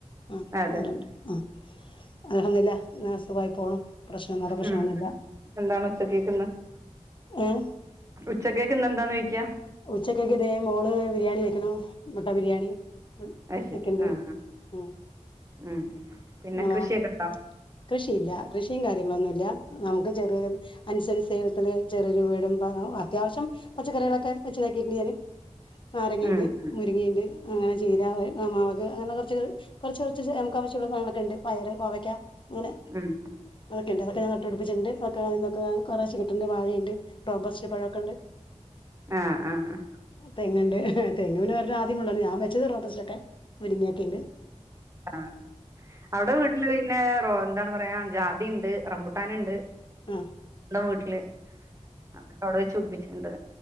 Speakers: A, on the left; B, on the right.
A: ആഹ്
B: അതെ
A: ഏർ
B: അതെ
A: ആഹ്. അല്ഹംദു ലിലാ അങ്ങനെ സുഖായി പോണൂ പ്രശ്നം വേറെ പ്രശ്നൊന്നുല്ല
B: ഉം എന്താണ് ഉച്ചക്കേക്കിന്ന്?
A: ഏഹ്
B: ഉച്ചക്കേക്ക് ഇന്ന് എന്താ ചോയിക്ക്യാ.
A: ഉച്ചക്കേക്ക് ഇതേ മോള് ബിരിയാണി വെക്കണു മുട്ട ബിരിയാണി. ഉം
B: അത് ശരി
A: ആയിക്കണ്ട്
B: ആ ആ
A: ഉം
B: ഉം പിന്നെ
A: ഇങ്ങളോ
B: കൃഷിയക്കെണ്ടോ?
A: കൃഷിയില്ല കൃഷിയും കാര്യങ്ങളൊന്നുല്ല നമുക്ക് ചെറിയൊരു അഞ്ചു സെന്റ് സെ ചെറിയെ ചെറിയൊരു വീടും അത്യാവശം പച്ചക്കറികളൊക്കെ വെച്ചതാക്കിയിട്ടുണ്ട് ഞാന്. നാരങ്ങയിണ്ട്
B: ഉം ഉം
A: മുരിങ്ങയിണ്ട്. അങ്ങനെ ചീര മാവക് അങ്ങനെ കുറച്ച് കുറച്ച് കുറച്ച് നമുക്ക് ആവശ്യമുള്ള സാധങ്ങളൊക്കെ ഉണ്ട് പയറ് കോവയ്ക്ക ങ്ങനെ
B: ഉം
A: അതൊക്കെണ്ട്
B: അത്
A: അതൊക്കെ
B: ശരി
A: ഞാൻ നട്ട് പിടിപ്പിച്ചിട്ട്ണ്ട്? ന്നൊക്കെ അയ്ന്നൊക്കെ കുറെശ്ശെ കിട്ട്ണ്ട് വാഴയ്ണ്ട് റോബർസ്റ്റ് പഴൊക്കണ്ട്.
B: ആഹ് ആഹ് അഹ്
A: തെങ്ങുണ്ട് തെങ്ങ് പിന്നെ <unintelligible> ആദ്യമുള്ളതാ ഞാൻ വെച്ചത് റോബസ്റ്റൊക്കെ മുരിങ്ങാത്തിണ്ട്.
B: ആ അവിടെ വീട്ടില് പിന്നെ റോ എന്താണ് പറയാ ജാതിണ്ട് റബുട്ടാന്ണ്ട്.
A: ആഹ്
B: ന്തം വീട്ടില്. അതൊക്കെ അവ്ടെ വെച്ചുടിപ്പിച്ചിട്ട്ണ്ട്.